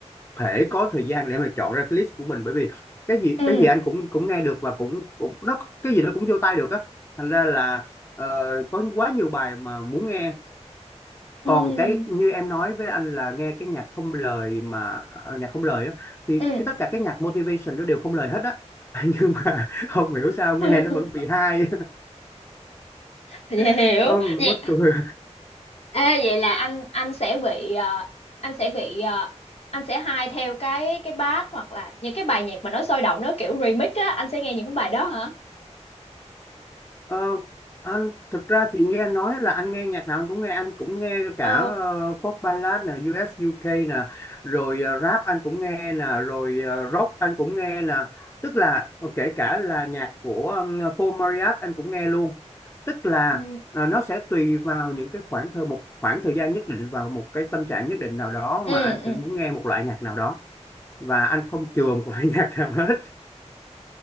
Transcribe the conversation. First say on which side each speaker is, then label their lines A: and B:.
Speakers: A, on the left; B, on the left.
A: thể có thời gian để mà chọn ra cái list của mình bởi vì cái gì
B: ừ
A: cái gì anh cũng cũng nghe được và cũng cũng nó cái gì nó cũng vô tai được á thành ra là ờ, có quá nhiều bài mà muốn nghe
B: ừ
A: còn cái như em nói với anh là nghe cái nhạc không lời mà ờ, nhạc không lời á thì
B: ừ
A: cái tất cả cái nhạc motivation nó đều không lời hết á <laughs> nhưng mà không hiểu sao nghe
B: <laughs>
A: nó vẫn bị hay
B: Dạ
A: <laughs>
B: hiểu
A: ừ,
B: Vậy
A: mắc cười
B: Ê, vậy là anh anh sẽ bị ờ, anh sẽ bị ờ, anh sẽ hay theo cái cái bass hoặc là những cái bài nhạc mà nó sôi động nó kiểu remix á anh sẽ nghe những bài đó hả?
A: Ờ, anh thực ra thì nghe nói là anh nghe nhạc nào anh cũng nghe anh cũng nghe cả
B: Ồ,
A: ờ, pop ballad nè, US UK nè, rồi ờ, rap anh cũng nghe nè, rồi ờ, rock anh cũng nghe nè. Tức là ờ, kể cả là nhạc của ừm, Paul Marriott anh cũng nghe luôn. Tức là
B: ừ.
A: ờ, nó sẽ tùy vào những cái khoảng thời một khoảng thời gian nhất định vào một cái tâm trạng nhất định nào đó
B: Ừ,
A: mà anh sẽ
B: ừ.
A: muốn nghe một loại nhạc nào đó và anh không chừa một loại <laughs> nhạc nào hết.